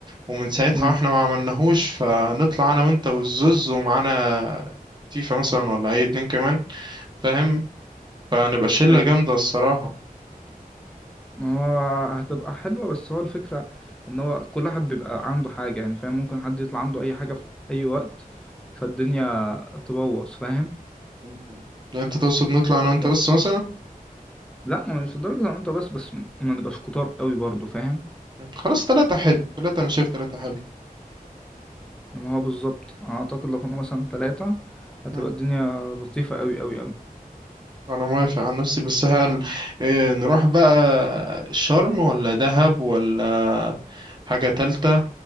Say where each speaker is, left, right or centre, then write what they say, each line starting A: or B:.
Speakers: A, on the right; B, in the centre.
A: ومن ساعتها
B: مم.
A: واحنا ما عملناهوش فنطلع انا وانت والزوز ومعانا تيفا مثلا ولا اي اتنين كمان فاهم فنبقى شلة
B: ايوه
A: جامدة الصراحة
B: ما هو هتبقى حلوه بس هو الفكره ان هو كل واحد بيبقى عنده حاجه يعني فاهم ممكن حد يطلع عنده اي حاجه في اي وقت فالدنيا تبوظ فاهم
A: مم. انت تقصد نطلع انا وانت
B: اللي
A: بس
B: هو-
A: مثلا
B: لا مش لدرجه ان انت بس بس ما نبقاش كتار قوي برضه فاهم
A: مم. خلاص تلاتة حلو تلاتة انا شايف تلاتة حلو
B: ما هو بالظبط انا اعتقد لو كنا مثلا ثلاثة هتبقى
A: مم.
B: الدنيا لطيفة قوي قوي قوي
A: انا موافق عن نفسي بس هل إيه نروح بقى شرم ولا دهب ولا حاجة تالتة